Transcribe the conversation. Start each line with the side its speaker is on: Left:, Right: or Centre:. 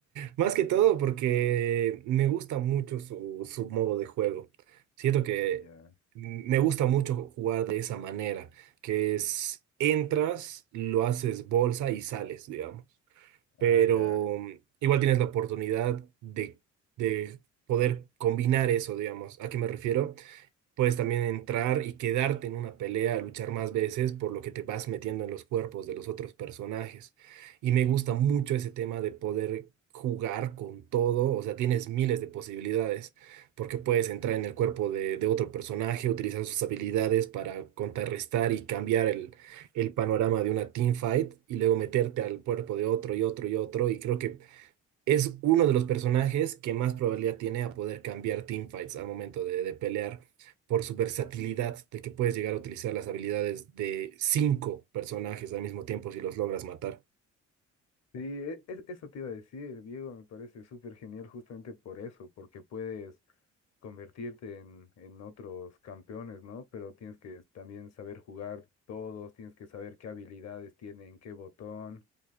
Right: Más que todo porque me gusta mucho su, su modo de juego. Siento que
Left: Ya.
Right: me gusta mucho jugar de esa manera, que es entras, lo haces bolsa y sales, digamos. Pero
Left: Ah, ya.
Right: mm, igual tienes la oportunidad de, de poder combinar eso, digamos. ¿A qué me refiero? puedes también entrar y quedarte en una pelea, luchar más veces, por lo que te vas metiendo en los cuerpos de los otros personajes. Y me gusta mucho ese tema de poder jugar con todo, o sea, tienes miles de posibilidades, porque puedes entrar en el cuerpo de, de otro personaje, utilizar sus habilidades para contrarrestar y cambiar el, el panorama de una teamfight, y luego meterte al cuerpo de otro y otro y otro, y creo que es uno de los personajes que más probabilidad tiene a poder cambiar teamfights al momento de, de pelear por su versatilidad, de que puedes llegar a utilizar las habilidades de cinco personajes al mismo tiempo si los logras matar.
Left: Sí, e- es- eso te iba a decir, Diego, me parece súper genial justamente por eso, porque puedes convertirte en, en otros campeones, ¿no? Pero tienes que también saber jugar todos, tienes que saber qué habilidades tienen, qué botón,